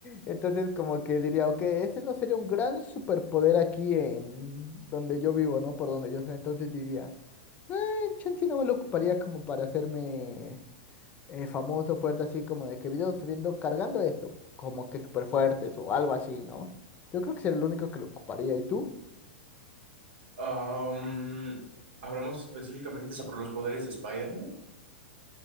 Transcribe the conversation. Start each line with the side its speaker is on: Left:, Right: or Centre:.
Left: Entonces, como que diría, ok, ese no sería un gran superpoder aquí en donde yo vivo, ¿no? Por donde yo soy. Entonces diría, eh, chance no me lo ocuparía como para hacerme eh, famoso, fuerte, así como de que videos subiendo, cargando esto, como que súper fuertes o algo así, ¿no? Yo creo que sería el único que lo ocuparía. ¿Y tú?
Right: Am, hablamos específicamente sobre los poderes de Spider-Man.